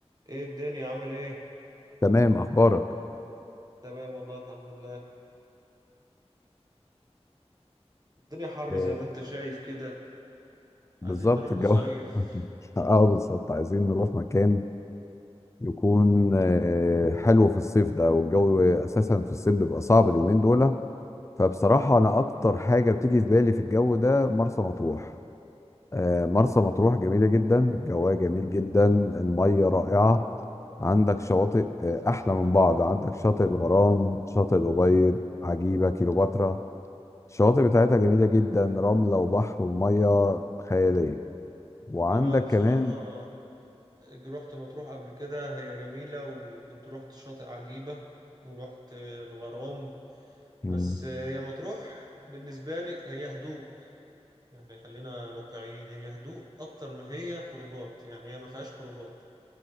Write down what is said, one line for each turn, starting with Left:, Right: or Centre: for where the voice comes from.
Right: ايه الدنيا عامل ايه
Left: تمام اخبارك
Right: تمام والله الحمد لله الدنيا حر
Left: آه،
Right: زي ما انت شايف كده
Left: بالظبط
Right: عايزين نروح
Left: الجو
Right: نصيف
Left: <laughs> اه بالظبط عايزين نروح مكان يكون آه، حلو في الصيف ده والجو اساسا في الصيف بيبقى صعب اليومين دول فبصراحه انا اكتر حاجه بتيجي في بالي في الجو ده مرسى مطروح آه، مرسى مطروح جميله جدا جواها جميل جدا الميه رائعه عندك شواطئ آه، احلى من بعض عندك شاطئ الغرام شاطئ الابيض عجيبه كيلوباترا الشواطئ بتاعتها جميلة جدا رملة وبحر ومية خيالية وعندك
Right: انا بصراحة
Left: كمان
Right: رحت مطروح قبل كده هي جميلة وكنت رحت شاطئ عجيبة ورحت الغرام بس
Left: مم،
Right: هي مطروح بالنسبة لي هي هدوء يعني خلينا واقعيين هي هدوء اكتر ما هي خروجات يعني هي ما فيهاش خروجات